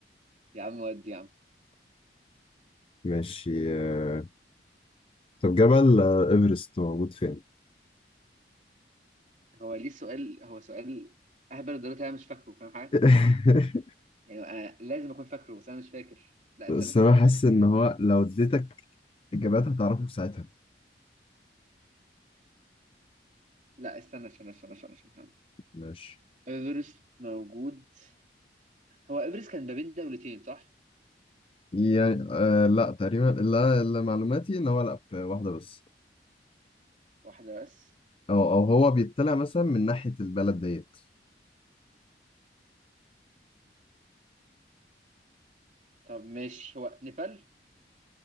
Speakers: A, on the right (about 45°); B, on the left (about 30°).
A: يا عم ودي يا عم
B: ماشي آه، طب جبل آه، إيفرست موجود فين؟
A: هو ليه سؤال هو سؤال اهبل الدرجة انا مش فاكره فاهم حاجة
B: <laughs>
A: يعني أنا لازم اكون فاكره بس انا مش فاكر لا
B: بس
A: استنى
B: انا
A: استنى
B: حاسس
A: افتكر
B: ان هو لو اديتك اجابات هتعرفه في ساعتها
A: لا استنى استنى استنى استنى استنى استنى.
B: ماشي
A: ايفرست موجود هو ايفرست كان ما بين دولتين صح؟
B: يعني آه لا تقريبا لا اللي معلوماتي ان هو لا في واحده بس
A: واحدة بس
B: او او هو بيطلع مثلا من ناحيه البلد ديت
A: طب ماشي هو نيبال